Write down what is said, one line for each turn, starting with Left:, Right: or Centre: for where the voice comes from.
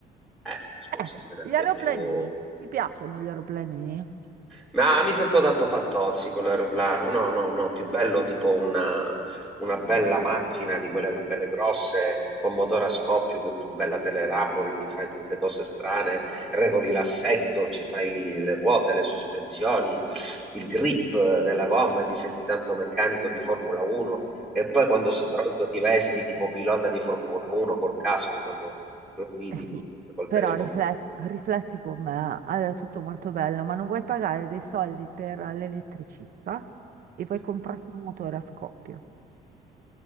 Centre: Eh, scusa,
Right: Eh,
Centre: non
Right: gli
Centre: è
Right: aeroplanini,
Centre: più.
Right: ti piacciono gli aeroplanini?
Centre: Ma mi sento tanto fantozzi con l'aeroplano. No, no, no, più bello tipo una, una bella macchina di quelle là belle grosse con motore a scoppio che tu bella te le rabori, ti fai tutte cose strane, regoli l'assetto, ci fai le ruote, le sospensioni, il grip della gomma, ti senti tanto meccanico di Formula 1 e poi quando sei pronto ti vesti tipo pilota di Formula 1 col casco quando lo guidi
Right: Eh sì,
Centre: col, col
Right: però
Centre: telecomando.
Right: riflet- rifletti con me, allora è tutto molto bello, ma non vuoi pagare dei soldi per l'elettricista e vuoi comprarti un motore a scoppio.